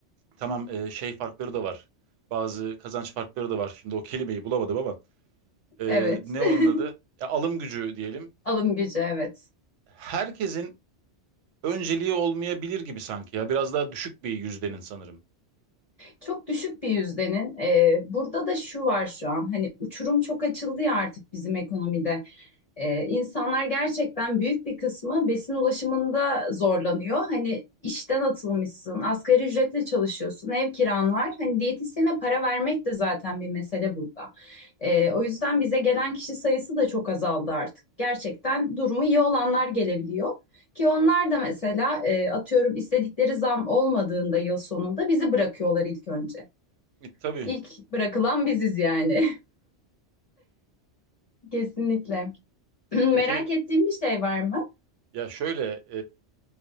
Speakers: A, on the right; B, on the left.
A: tamam e, şey farkları da var. Bazı kazanç farkları da var. Şimdi o kelimeyi bulamadım ama e,
B: evet,
A: ne onun
B: <laughs>
A: adı? Ya, alım gücü diyelim.
B: alım gücü evet.
A: Herkesin önceliği olmayabilir gibi sanki ya. Biraz daha düşük bir yüzdenin sanırım.
B: Çok düşük bir yüzdenin. e, burada da şu var şu an. Hani uçurum çok açıldı ya artık bizim ekonomide. Ee, insanlar gerçekten büyük bir kısmı besin ulaşımında zorlanıyor. Hani işten atılmışsın, asgari ücretle çalışıyorsun, ev kiran var. Hani diyetisyene para vermek de zaten bir mesele burada. Ee, o yüzden bize gelen kişi sayısı da çok azaldı artık. Gerçekten durumu iyi olanlar gelebiliyor. Ki onlar da mesela e, atıyorum istedikleri zam olmadığında yıl sonunda bizi bırakıyorlar ilk önce.
A: E, tabii.
B: İlk bırakılan biziz yani. <laughs> Kesinlikle. <clears throat> Merak
A: Peki
B: ettiğim bir şey var mı?
A: ya şöyle